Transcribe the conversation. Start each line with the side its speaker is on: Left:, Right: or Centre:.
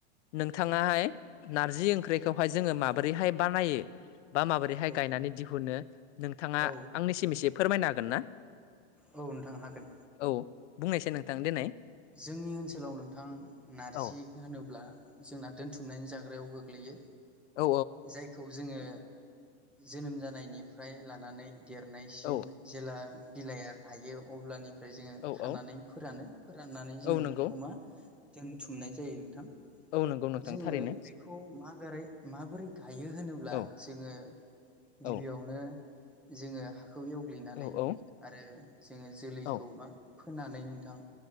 Left: नोंथाङाहाय नारजि ओंख्रिखौहाय जोङो माबोरैहाय बानायो बा माबोरैहाय
Centre: औ
Left: गायनानै दिहुनो नोंथाङा
Centre: औ
Left: आंनिसिम एसे फोरमायनो हागोन ना?
Centre: औ नोंथां हागोन।
Left: औ बुंनायसै नोंथां दिनाय।
Centre: जोंनि ओनसोलाव नोंथां नारजि
Left: औ
Centre: होनोब्ला जोंना दोनथुमनायनि जाग्रायाव गो गोग्लैयो
Left: औ
Centre: जायखौ जोङो जोनोम जानायनिफ्राय लानानै देरनायसिम
Left: औ
Centre: जेला बिलाइ हायो अब्लानिफ्राय जोङो
Left: औ
Centre: खानानै
Left: औ
Centre: फोरानो फोराननानै जोङो
Left: औ नंगौ
Centre: बेखौ मा दोनथुमनाय जायो नोंथां।
Left: औ नंगौ। नोंथां
Centre: जोङो
Left: थारैनो
Centre: बेखौ मा गारै माबोरै गायो होनोब्ला
Left: औ
Centre: जोङो
Left: औ
Centre: गिबियावनो जोङो हाखौ एवग्लिनानै
Left: औ औ
Centre: आरो जोङो जोलैखौ
Left: औ
Centre: बा फोनानै नोंथां